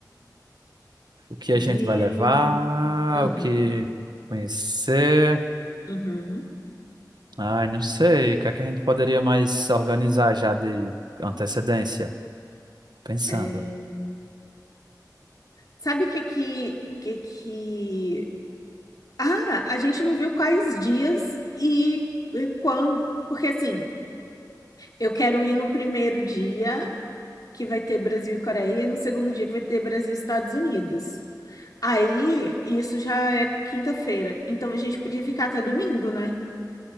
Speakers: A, on the right; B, on the left.
A: O que
B: Vimos.
A: a gente vai levar?
B: Uhum,
A: O que conhecer?
B: uhum.
A: Ai, não sei. O que é que a gente poderia mais organizar já de antecedência? Pensando.
B: É, Sabe o que que, que que... Ah, a gente não viu quais dias e, e quando. Porque assim. Eu quero ir no primeiro dia, que vai ter Brasil e Coreia, e no segundo dia, que vai ter Brasil e Estados Unidos. Aí, isso já é quinta-feira. Então a gente podia ficar até domingo, né?